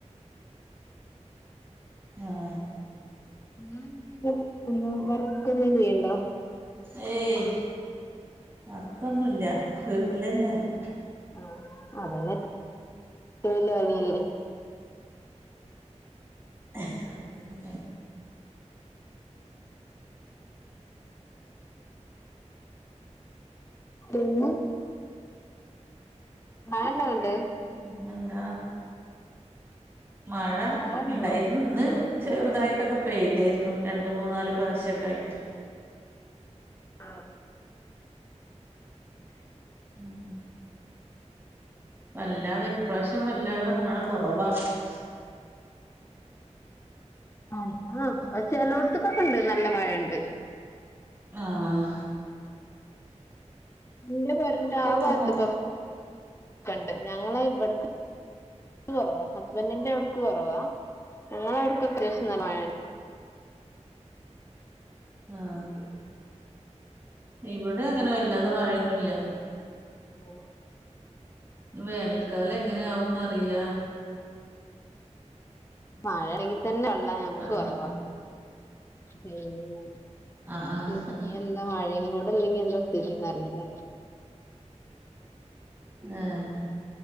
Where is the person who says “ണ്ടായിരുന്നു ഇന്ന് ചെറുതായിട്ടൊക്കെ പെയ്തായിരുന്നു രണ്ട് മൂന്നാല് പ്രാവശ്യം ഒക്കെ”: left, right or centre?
Right